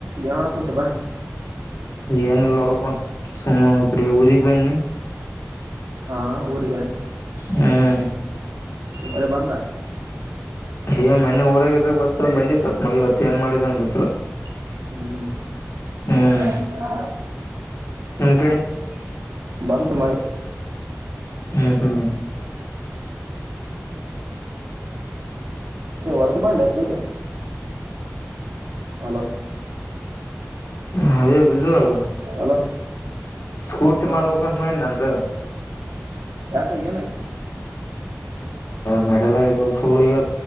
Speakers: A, on the right; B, on the left.
A: ಯಾವಣ ಕುಂತು ಬಾ <unintelligible>
B: ಏನಲ್ಲ ನೋಡಬ ಸುಮ್ಮ್ ಕ ಊರಿಗ್ ಬನ್ನಿ <unintelligible>
A: ಹಾ ಊರಿಗ <unintelligible>
B: ಹ್ಮ್ <unintelligible>
A: ಬಳೆ ಬಧ ಆ - <unintelligible>
B: ಹೇ ಮೊನೆ ಊರಾಗದಾಗ ಬತ್ತ ಬಂದಿತ್ ಮಳಿ ಇ <unintelligible> ಮತ್ತೇಏನು ಮಾಡಿದೆ ಅನ್ ಗೊತ್ತಿಲ್ಲ <unintelligible>
A: ಹ್ಮ್ <unintelligible>
B: ಹ್ಮ್
A: ಹೌ
B: ನಿಮ್ ಕಡೆ
A: <unintelligible> ಬಂತ ಮ <unintelligible>
B: ಹ್ಮ್ ಹ್ಮ್
A: ಹದ್ರ ಮಾಡಲ ಸೂರ ಅಲೋ <unintelligible>
B: ಹದ ಬ <unintelligible>
A: ಹಲೋ
B: ಸ್ಕೂಟಿ
A: ಹಾ
B: ಮಾರ್ಬೇಕಂತ ಮಾಡಿ ನಂದು <unintelligible>
A: ಯಾಕ ಏನಾಯ್ತು <unintelligible>
B: ನಡಲಾಗ ಫುಲ್ ಈ